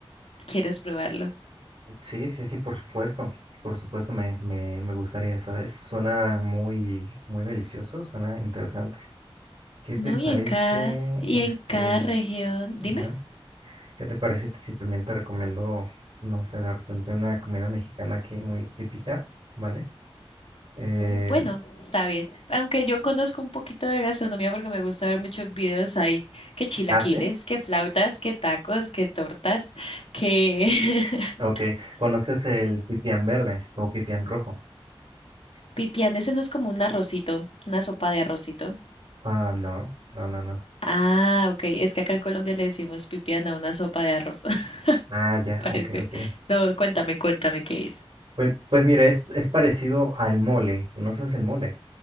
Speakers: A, on the left; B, on the right.
A: quieres probarlo.
B: Sí, sí, sí, por supuesto. Por supuesto, me, me, me gustaría, ¿sabes? Suena muy, muy delicioso, suena interesante. ¿Qué
A: No,
B: te parece,
A: y en cada, y
B: este,
A: en cada región, dime.
B: ajá? ¿Qué te parece si también te recomiendo, no sé, de repente una comida mexicana aquí muy típica, ¿vale? Eh,
A: Uh, bueno, está bien. Aunque yo conozco un poquito de gastronomía porque me gusta ver muchos videos ahí, que chilaquiles,
B: ¿ah, sí?
A: que flautas, que tacos, que tortas, que <laughs>
B: Ok. ¿Conoces el pipián verde o pipián rojo?
A: Pipián, ese no es como un arrocito, una sopa de arrocito.
B: Ah, no, no, no, no.
A: Ah, ok, es que acá en Colombia le decimos pipián a una sopa de arroz, <laughs>
B: Ah, ya,
A: parece.
B: ok, ok.
A: No, cuéntame, cuéntame qué es.
B: Pues, pues mira, es, es parecido al mole. ¿Conoces el mole?